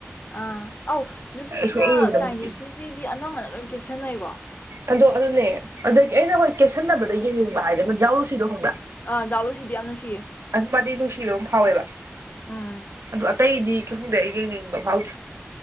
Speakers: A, on the left (about 40°); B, on the right (about 85°).
A: ꯑꯥ ꯑꯧ ꯅꯨꯄꯤꯗ
B: ꯁꯨꯡꯌꯦꯡ ꯌꯦꯡꯅꯤꯡꯗꯕ
A: ꯆꯥꯏꯅꯤꯁ
B: ꯅꯨꯄꯤꯁꯦ
A: ꯅꯨꯄꯤꯗꯤ ꯑꯅꯝꯕꯅ ꯂꯣꯏ ꯀꯦꯠꯁꯟꯅꯩꯀꯣ
B: ꯑꯗꯣ ꯑꯗꯨꯅꯦ ꯑꯗꯒꯤ ꯑꯩꯅ ꯍꯣꯏ ꯀꯦꯁꯟꯅꯕꯗ ꯕ ꯍꯥꯏꯅ ꯎꯔꯨꯁꯤꯗꯣ ꯈꯣꯡꯕꯥ
A: ꯑꯥ ꯖꯥꯎꯂꯨꯁꯤꯗꯤ ꯌꯥꯝ ꯅꯨꯡꯁꯤꯌꯦ
B: ꯑꯗꯨꯃꯗꯤ ꯅꯨꯡꯁꯤꯕ ꯑꯃ ꯐꯥꯎꯋꯦꯕ
A: ꯎꯝ
B: ꯑꯗꯨ ꯑꯇꯩꯗꯤ ꯈꯪ ꯈꯪꯗꯦ ꯑꯩ ꯌꯦ ꯂꯩꯅꯤꯡꯕ ꯐꯥꯎꯗ꯭ꯔꯥ